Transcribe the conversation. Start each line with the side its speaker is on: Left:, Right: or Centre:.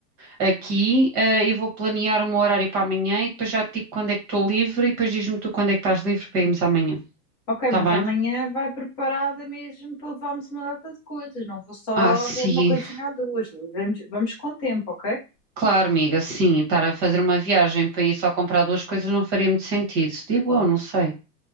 Right: aqui, eh, e vou planear um horário para amanhã e depois já te digo quando é que estou livre e depois diz-me tu quando é que estás livre para irmos amanhã,
Left: Ok,
Right: está
Left: mas
Right: bem?
Left: amanhã vai preparada mesmo para levarmos uma data de coisas. Não vou só
Right: Ah, sim,
Left: ver uma coisinha ou duas. Vamos, vamos com tempo, ok?
Right: claro, amiga, sim, estar a fazer uma viagem para ir só comprar duas coisas não faria muito sentido, digo
Left: Pronto.
Right: eu, não sei.